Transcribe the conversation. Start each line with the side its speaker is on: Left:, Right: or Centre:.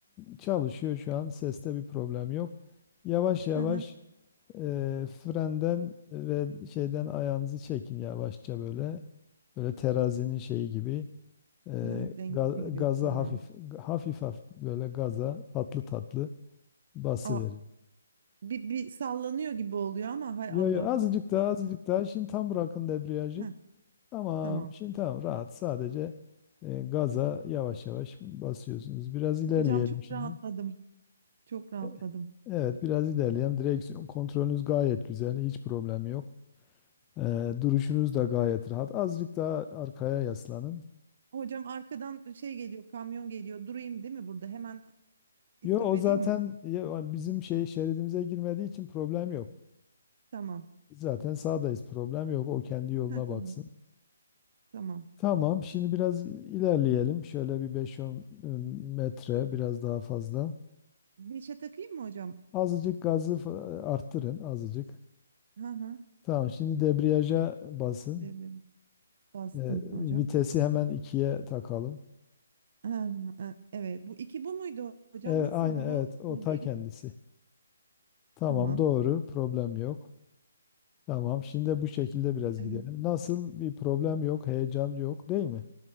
Left: çalışıyor şu an. Seste bir problem yok. Yavaş yavaş
Right: Hı hı.
Left: Eee, frenden ve şeyden ayağınızı çekin yavaşça böyle. Böyle terazinin şeyi gibi. Eee,
Right: Hı, dengesi
Left: ga-
Right: gibi
Left: gaza
Right: tamam.
Left: hafif hafif hafif böyle gaza tatlı tatlı basıverin.
Right: Aa, bir, bir sallanıyor gibi oluyor ama hay
Left: Yo
Right: Allah.
Left: yo azıcık
Right: Bir-
Left: daha
Right: bir-
Left: azıcık daha şimdi tam bırakın debriyajı.
Right: Heh,
Left: Tamam
Right: tamam.
Left: şimdi tamam rahat sadece eee, gaza yavaş yavaş basıyorsunuz. Biraz ilerleyelim
Right: Hocam çok
Left: şimdi.
Right: rahatladım. Çok rahatladım.
Left: E, Evet biraz ilerleyelim. Direksiyon kontrolünüz gayet güzel hiç problem yok. Ee, duruşunuz da gayet rahat. Azıcık daha arkaya yaslanın.
Right: Hocam arkadan şey geliyor, kamyon geliyor. Durayım değil mi burada? Hemen istop
Left: Yo o
Right: edeyim
Left: zaten
Right: mi?
Left: ya, o bizim şey şeridimize girmediği için problem yok.
Right: Tamam.
Left: Biz Zaten sağdayız problem yok. O kendi yoluna
Right: Ha, tamam.
Left: baksın.
Right: Tamam.
Left: Tamam şimdi biraz ilerleyelim. Şöyle bir beş on e, metre biraz daha fazla.
Right: Beşe takayım mı hocam?
Left: Azıcık gazı f- arttırın azıcık.
Right: Ha ha.
Left: Tamam şimdi debriyaja basın.
Right: Devrelim. Bastım
Left: Ee,
Right: hocam.
Left: vitesi hemen ikiye takalım.
Right: Ha, ha, ha. evet. Bu iki bu muydu hocam?
Left: Evet,
Right: Nasıldı
Left: aynı evet
Right: bu?
Left: o
Right: Bu
Left: ta
Right: gemi?
Left: kendisi. Tamam
Right: Tamam.
Left: doğru problem yok. Tamam, şimdi bu şekilde biraz
Right: Evet.
Left: gidelim. Nasıl bir problem yok, heyecan yok değil mi?